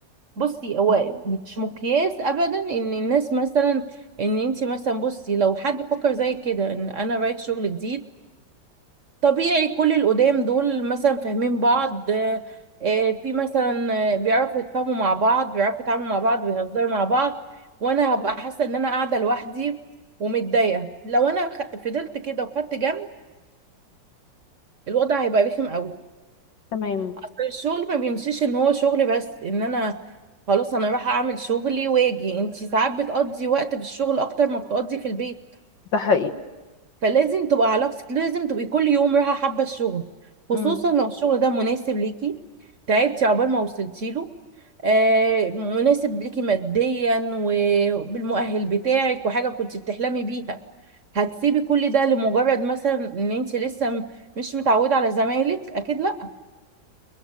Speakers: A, on the right; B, on the left.
A: بصي هو
B: مم.
A: مش مقياس ابدا ان الناس مثلا ان انت مثلا بصي لو حد فكر زي كده ان انا رايح شغل جديد طبيعي كل القدام دول مثلا فاهمين بعض آه، آه، في مثلا آه، بيعرفوا يتفاهموا مع بعض بيعرفوا يتعاملوا مع بعض بيهزروا مع بعض وانا هبقى حاسه ان انا قاعده لوحدي ومتضايقه لو انا خ- فضلت كده وخدت جنب الوضع هيبقى رخم قوي
B: تمام
A: اصل الشغل ما بيمشيش ان هو شغل بس ان انا خلاص انا رايحه اعمل شغلي واجي انتي ساعات بتقضي وقت في الشغل اكتر ما بتقضي في البيت
B: ده حقيقي
A: فلازم تبقى علاقتك لازم تبقي كل يوم رايحه حابه الشغل خصوصا
B: مم.
A: لو الشغل ده مناسب ليكي تعبتي عقبال ما وصلتي له آه مناسب ليكي ماديا وبالمؤهل بتاعك وحاجه كنت بتحلمي بيها هتسيبي كل ده لمجرد مثلا ان انت لسه م- مش متعوده على زمايلك اكيد لا